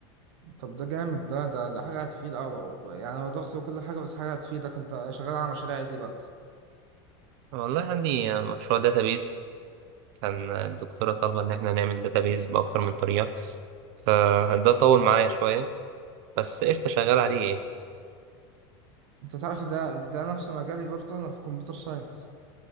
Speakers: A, on the right (about 70°); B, on the right (about 55°).
A: طب ده جامد ده ده ده حاجة هتفيد أوي يعني هو ضغط وكل حاجة بس حاجة هتفيدك انت شغال على مشاريع ايه دلوقتي
B: والله عندي مشروع داتابيز كان الدكتوره طالبه ان احنا نعمل داتابيز باكتر من طريقه فده طول معايا شويه بس قشطه شغال عليه يعني
A: انت تعرف ده ده نفس مجالي برضه انا في كمبيوتر ساينس